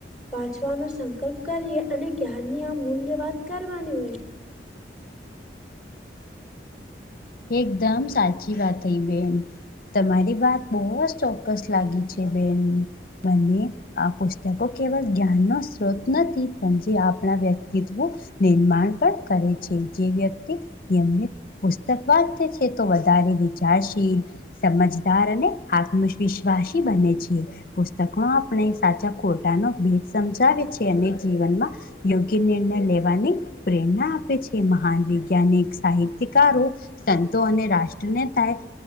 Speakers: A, in the centre; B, on the left (about 50°).
A: વાંચવાનો સંકલ્પ કરીએ, અને જ્ઞાનની આ મૂલ્ય વાત કરવાની હોય.
B: એકદમ સાચી વાત હેઇ બેન. તમારી વાત બહુ જ ચોક્કસ લાગી છે બેન, મને. આ પુસ્તકો કેવલ જ્ઞાનનો સ્ત્રોત નથી, પણ જે આપણા વ્યક્તિત્વ નિર્માણ પણ કરે છે, જે વ્યક્તિ નિયમિત <unintelligible> છે તો વધારે વિચારશે સમજદાર અને આત્મવિશ્વાસી બને છે. પુસ્તકમાં આપણે સાચા ખોટાનો ભેદ સમજાવે છે, અને જીવનમાં યોગ્ય નિર્ણય લેવાની પ્રેરણા આપે છે, મહાન વૈજ્ઞાનિક, સાહિત્યકારો. સંતો અને રાષ્ટ્ર નેતા એ